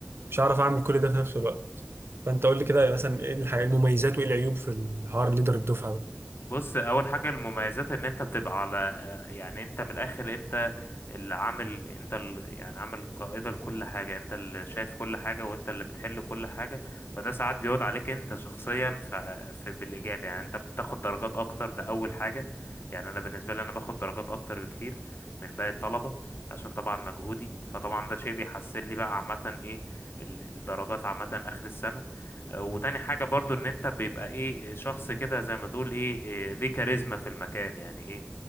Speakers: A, on the right (about 65°); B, on the left (about 60°).
A: مش هعرف اعمل كل ده في نفس الوقت فانت قول لي كده مثلا ايه الحاجات المميزات وايه العيوب في الحوار ليدر الدفعه
B: بص اول حاجه المميزات ان انت بتبقى على آه، يعني انت من الاخر انت اللي عامل انت اللي يعني عامل قائده لكل حاجه انت اللي شايف كل حاجه وانت اللي بتحل كل حاجه فده ساعات بيعود عليك انت شخصيا ف... في بالايجاب يعني انت بتاخد درجات اكتر ده اول حاجه يعني انا بالنسبه لي انا باخد درجات اكتر بكتير من باقي الطلبه عشان طبعا مجهودي فطبعا ده شيء بيحسن لي بقى عامه ايه ال- الدرجات عامه اخر السنه وتاني حاجة برضو ان انت بيبقى ايه آه، شخص كده زي ما تقول ايه إيه، ذي كاريزما في المكان يعني ايه